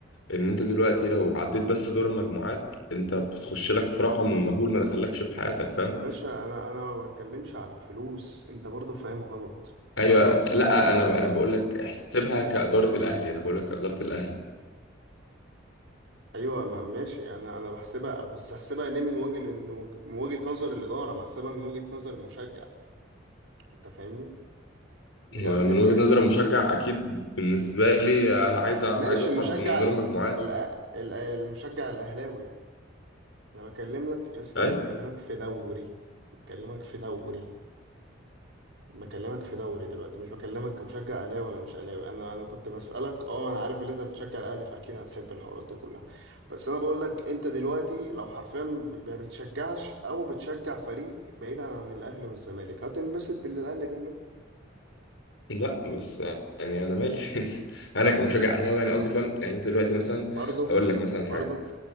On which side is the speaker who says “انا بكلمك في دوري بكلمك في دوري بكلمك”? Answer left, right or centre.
Right